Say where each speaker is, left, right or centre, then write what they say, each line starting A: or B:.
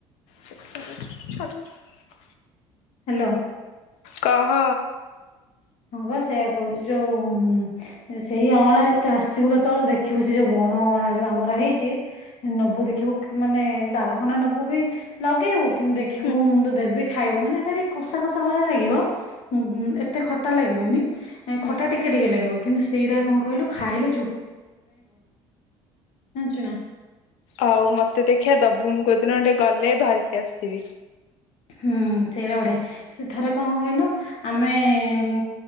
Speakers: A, on the left; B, on the left.
A: ସେ ଛର <unintelligible>
B: ହାଲୋ
A: କହ
B: ହଁ ବା ସେଇଆ କହୁଛି ଯୋଉ ସେଇ ଅଁଳା ତୁ ଆସିବୁ କେତେବେଳେ ଦେଖିବୁ ସେ ଯୋଉ ବଣ ଅଁଳା ଯୋଉ ଆମର ହେଇଛି ନବୁ ଦେଖିବୁ ମାନେ ଡାଳ ଖଣ୍ଡେ ନବୁ ବି ଲଗେଇବୁ କିନ୍ତ ଦେଖିବୁ
A: ହୁଁ
B: ମୁଁ ତ ଦେବି ଖାଇବୁ ମାନେ ଏଟା ଟିକେ କଷା କଷା ଭଳିଆ ଲାଗିବ ହୁଁ ହୁଁ ବୁ ଏତେ ଖଟ ଲାଗିବନି ନାଇ
A: ହୁଁ
B: ଖଟା ଟିକେ ଟିକେ ଲାଗିବ। କିନ୍ତୁ ସେଇରା କଣ କହିଲୁ ଖାଇଲେ ଚୁ ଜାଣିଛୁ ନା
A: ଆଉ ମତେ ଦେଖିବା ଦବୁ ମୁ କୋଉଦିନ ଗଟେ ଗଲେ ଧରିକି ଆସିବି
B: ହୁଁ ସେଇଟା ବଢିଆ ସେ ଥରେ କଣ କହିଲୁ, ଆମେ ଉ